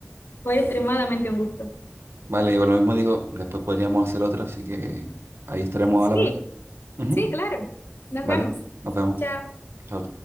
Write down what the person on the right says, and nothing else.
Vale, digo lo mismo, digo, después podríamos hacer otra, así que ahí estaremos
al habla. Ujú,
Vale,
nos vemos.
Chao.